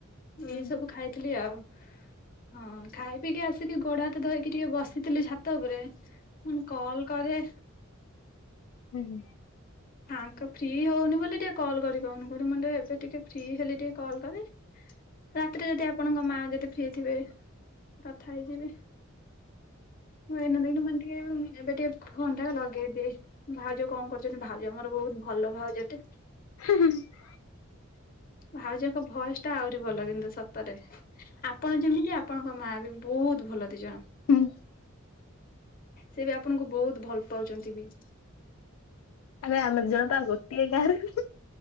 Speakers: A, on the left; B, on the left.
A: ହୁଁ
B: ଏଇ ସବୁ ଖାଇଥିଲି ଆଉ। ହଁ ଖାଇ ପିକି ଆସିକି ଗୋଡ ହାତ ଧୋଇକି ଟିକେ ବସିଥିଲି ଛାତ ଉପରେ। ମୁଁ କଲ୍ କରେ
A: ହୁଁ-ହୁଁ।
B: ସାଙ୍ଗ ଫ୍ରି ହଉନି ବୋଲି ଟିକେ କଲ୍ କରି ପଉନି କଠି ମୁଣ୍ଡ ଏବେ ଟିକେ ଫ୍ରି ହେଲେ ଟିକେ କଲ୍ କରେ ରାତିରେ ଯଦି ଆପଣଙ୍କ ମା ଯଦି ଫ୍ରି ଥିବେ କଥା ହେଇଯିବି। ହଁ <unintelligible> ଏନ ମଣ୍ଟିିକ <unintelligible> ଏବେ ଟିକେ ଫୋନ୍ଟା ଲଗେଇଦିଏ ଭାଉଜ କଣ କରୁଛନ୍ତି, ଭାଉଜ ମୋର ବହୁତ ଭଲ ଭାଉଜଟେ
A: ହେଁ ହେଁ ହେଁ।
B: ଭାଉଜଙ୍କ ଭୟସ ଟା ଆହୁରି ଭଲ କିନ୍ତୁ ସତରେ ଆପଣ ଯେମିତି ଆପଣ ତା ମାଆ ବି ବହୁତ ଭଲ ଦିଇ ଜଣ
A: ହୁଁ।
B: ସେ ବି ଆପଣଙ୍କୁ ବହୁତ ଭଲ ପାଉଛନ୍ତି ବି
A: ଆରେ ଆମେ ଦି ଜଣ ପା ଗୋଟିଏ ଗାଁରେ